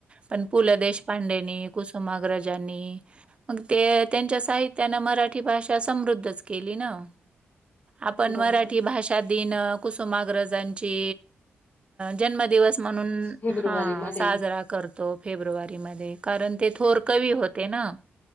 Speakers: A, on the right; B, on the left.
A: पण पु. ल. देेशपांडेनी कुसुमाग्रजांनी मग ते त्यांच्या साहित्यानं, मराठी भाषा समृद्धच केली ना आपण
B: बरोबर
A: मराठी भाषा दिन कुसुमाग्रजांची जन्मदिवस म्हणून
B: फेब्रुवारी
A: हा
B: मध्ये
A: साजरा करतो. तो फेब्रुवारी मध्ये कारण ते थोर कवी होते न.